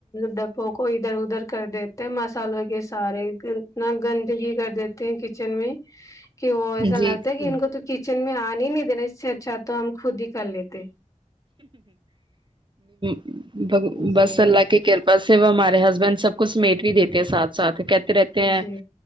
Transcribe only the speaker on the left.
ڈبوں ادھر ادھر کر دیتے ہیں مسالہغ سارے گنا گندگی کر دیتے ہیں کچن میں کی وہوس سا
آگتا ہے گن
گو کچ میں آنے ہی نہیں دینا اس سے اچھا تو ہم خود ہی کر لیتے
جی
جی